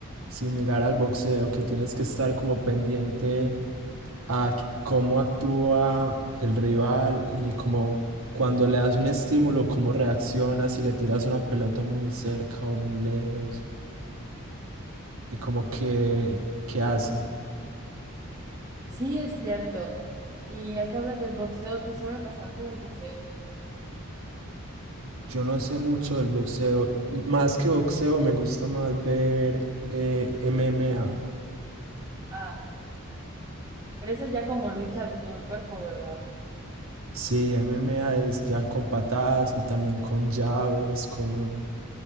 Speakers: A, on the right; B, on the right.
A: similar al boxeo, que tienes que estar como pendiente. a qu- cómo actúa el rival y cómo cuando le das un estímulo, cómo reacciona, si le tiras una pelota muy cerca o muy lejos y como que qué hace.
B: Sí, es cierto. Y ya que hablas del boxeo, tú sabes bastante del boxeo.
A: Yo no sé mucho del boxeo, m- más que boxeo me gusta más ver eh, MMA.
B: Ah, pero eso es ya como lucha de todo el cuerpo, ¿verdad?
A: Sí, MMA es ya con patadas y también con llaves, con